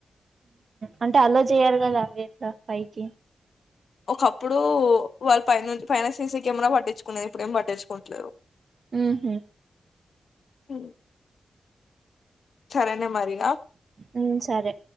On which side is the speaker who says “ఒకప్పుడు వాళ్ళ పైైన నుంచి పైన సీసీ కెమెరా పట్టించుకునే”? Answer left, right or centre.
Left